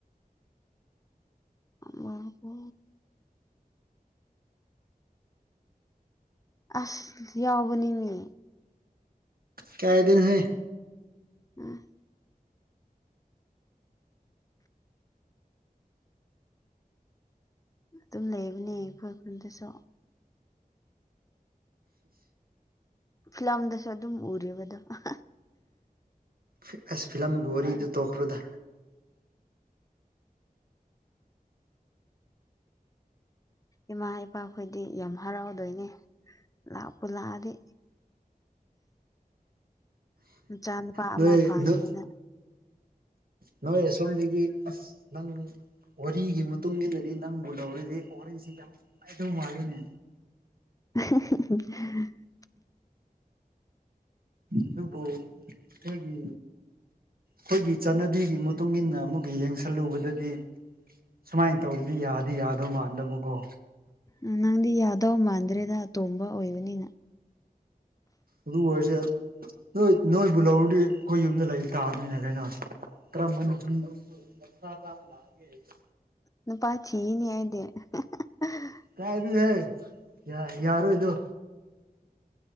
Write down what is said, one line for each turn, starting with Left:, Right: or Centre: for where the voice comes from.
Left: ꯃꯥ ꯕꯣ ꯑꯁ ꯌꯥꯎꯕꯅꯤꯅꯦ
Right: ꯀꯌꯥꯗꯩꯅ ꯍꯦ
Left: ꯎꯝ ꯇꯨꯝ ꯂꯩꯕꯅꯦ ꯈꯣꯏ ꯈꯨꯟꯗꯁꯨ ꯐꯤꯂꯝꯗꯁꯨ ꯑꯗꯨꯝ ꯎꯔꯤꯕꯗꯣ ꯑꯥ
Right: ꯐꯤ ꯑꯁ ꯐꯤꯂꯝꯒꯤ ꯋꯥꯔꯤꯗꯣ ꯇꯣꯛꯈ꯭ꯔꯣꯗ
Left: ꯏꯃꯥ ꯏꯄꯥꯈꯣꯏꯗꯤ ꯌꯥꯝ ꯍꯔꯥꯎꯗꯣꯏꯅꯦ ꯂꯥꯛꯄꯨ ꯂꯥꯛꯑꯗꯤ ꯃꯆꯥꯅꯨꯄꯥ
Right: ꯅꯣꯏ
Left: ꯑꯃ ꯐꯪꯉꯦꯅ
Right: ꯅꯪ ꯅꯣꯏ ꯁꯣꯝꯗꯒꯤ ꯑꯁ ꯅꯪ ꯋꯥꯔꯤꯒꯤ ꯃꯇꯨꯡ ꯏꯟꯅꯗꯤ ꯅꯪꯕꯨ ꯂꯧꯔꯤꯗꯤ ꯋꯥꯔꯤꯁꯤ ꯌꯥꯝ ꯅꯨꯡꯉꯥꯏꯗꯧ ꯃꯥꯜꯂꯤꯅꯦ
Left: <unintelligible>
Right: ꯑꯗꯨꯕꯨ ꯑꯩꯈꯣꯏꯒꯤ ꯈꯣꯏꯒꯤ ꯆꯠꯅꯕꯤꯒꯤ ꯃꯇꯨꯡ ꯃꯇꯨꯡꯏꯟꯅ ꯑꯃꯨꯛꯀ ꯌꯦꯡꯁꯜꯂꯨꯕꯗꯗꯤ ꯁꯨꯃꯥꯏꯅ ꯇꯧꯕꯗꯤ ꯌꯥꯗꯤ ꯌꯥꯗꯧ ꯃꯥꯟꯗꯕꯀꯣ
Left: ꯎꯝ ꯅꯪꯗꯤ ꯌꯥꯗꯧ ꯃꯥꯟꯗ꯭ꯔꯦꯗ ꯑꯇꯣꯝꯕ ꯑꯣꯏꯕꯅꯤꯅ
Right: ꯑꯗꯨ ꯑꯣꯏꯔꯁꯨ ꯅꯣꯏ ꯅꯣꯏꯕꯨ ꯂꯧꯔꯗꯤ ꯑꯩꯈꯣꯏ ꯌꯨꯝꯗ ꯂꯩ ꯇꯥꯕꯅꯤꯅ ꯀꯩꯅꯣ ꯀꯔꯝꯕ ꯅꯨꯄꯤ ꯁꯥ ꯆꯥꯕ ꯂꯥꯛꯑꯅꯤ ꯍꯥꯏꯒꯦ
Left: ꯅꯨꯄꯥꯥ ꯊꯤꯌꯤꯅꯤ ꯑꯩꯗꯤ ꯑꯍꯥ ꯍꯥ ꯍꯥ ꯍꯥ ꯑꯥ
Right: ꯀꯥꯏꯗꯩꯅꯍꯦ ꯌꯥ ꯌꯥꯔꯣꯏꯗꯣ